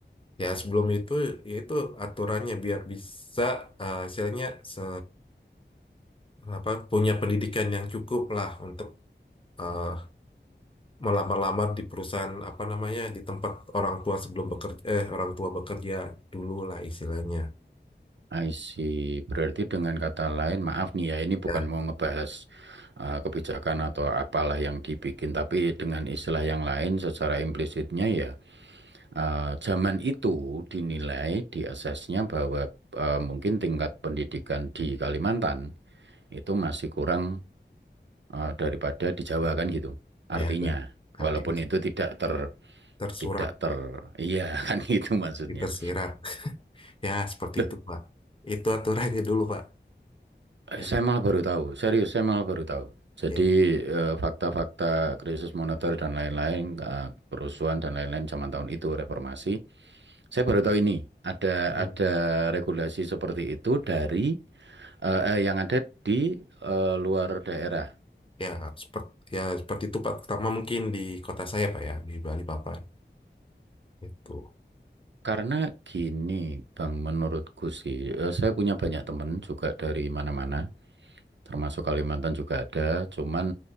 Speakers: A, on the left; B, on the right.
A: ya sebelum itu ya itu aturannya biar bisa eh, istilahnya se, apa punya pendidikan yang cukup lah untuk eh, melamar-lamar di perusahaan apa namanya di tempat orang tua sebelum bekerja eh orang tua bekerja dulu lah istilahnya
B: I see. Berarti dengan kata lain, maaf nih ya, ini bukan
A: ya
B: mau ngebahas uh, kebijakan atau apalah yang dibikin, tapi dengan istilah yang lain secara implisitnya ya, uh, zaman itu dinilai di asesnya bahwa uh, mungkin tingkat pendidikan di Kalimantan itu masih kurang uh, daripada di Jawa kan gitu. Artinya,
A: ya ben- artinya
B: walaupun itu tidak ter
A: tersurat
B: tidak ter iya <laughs> kan gitu maksudnya.
A: tapi tersirat <laughs> ya seperti
B: Loh,
A: itu Pak itu aturannya dulu Pak
B: Eh,
A: ya
B: Saya malah baru tahu, serius saya malah baru tahu. Jadi
A: ya
B: eh, fakta-fakta krisis moneter dan lain-lain, eh, kerusuhan dan lain-lain zaman tahun itu reformasi. Saya baru tahu ini ada
A: Hmm.
B: ada regulasi seperti itu dari eh, eh, yang ada di eh, luar daerah.
A: ya seperti ya seperti itu Pak pertama mungkin di kota saya Pak ya di Bali Papan itu
B: Karena gini, Bang, menurutku sih, eh, saya punya banyak teman juga dari mana-mana. termasuk Kalimantan juga ada. Cuman